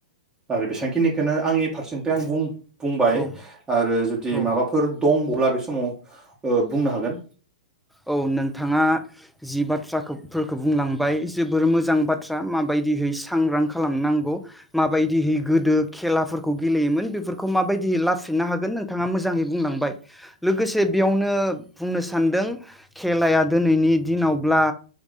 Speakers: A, on the right (about 15°); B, in the centre.
A: आरो बेसांखिनिखोनो आंनि फारसेनिफ्राय आं बुं-बुंबाय
B: औ
A: आरो जुदि
B: औ
A: माबाफोर दंबवब्ला बे समाव ओ बुंनो हागोन।
B: औ नोंथाङा जि बाथ्राखो फोरखो बुंलांबाय जोबोर मोजां बाथ्रा माबायदिहै सांग्रां खालामनांगौ माबायदिहै गोदो खेलाफोरखौ गेलेयोमोन बेफोरखौ माबायदिहै लाबफिननो हागोन नोंथाङा मोजाङै बुंलांबाय लोगोसे बेयावनो बुंनो सानदों खेलाया दोनैनि दिनावब्ला